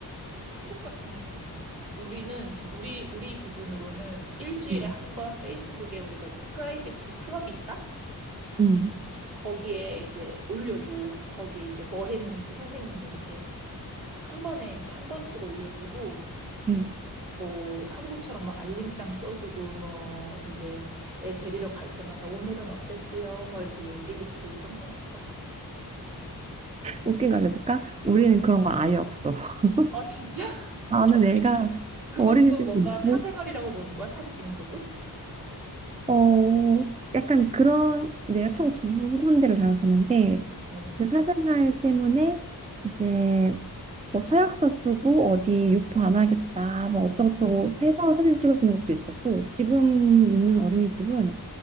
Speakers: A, on the right (about 60°); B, on the right (about 20°).
A: 한국 같은 데는 없는 것 같아. 우리는 지금 우리 우리 기준으로는 일주일에
B: 응,
A: 한 번 페이스북에 우리가 이제 프라이빗 그 클럽이 있다?
B: 응,
A: 거기에 이제 올려줘. 거기에 이제 뭐 했는지 선생님이 이렇게 한 번에 이제 한 번씩 올려주고
B: 응.
A: 뭐 한국처럼 막 알림장 써주고 뭐 이제 애 데리러 갈 때마다 오늘은 어땠고요 뭐 이렇게 얘기해주고 이런 건 없어.
B: 웃긴 거 알려줄까? 우리는
A: 뭐.
B: 그런 거 아예 없어. <laughs>
A: 아 진짜? <laughs>
B: 나는
A: 아,
B: 애가
A: 그- 그것도
B: 어린이집도
A: 뭔가
B: 없고,
A: 사생활이라고 보는 거야? 사진 찍는 것도?
B: 어, 약간 그런, 내가 총 두 군데를 다녔었는데,
A: 어.
B: 그 사생활 때문에 이제 뭐 서약서 쓰고 어디 유포 안 하겠다, 뭐 어쩌고저쩌고
A: 음.
B: 해서 사진 찍어주는 것도 있었고, 지금 있는 어린이집은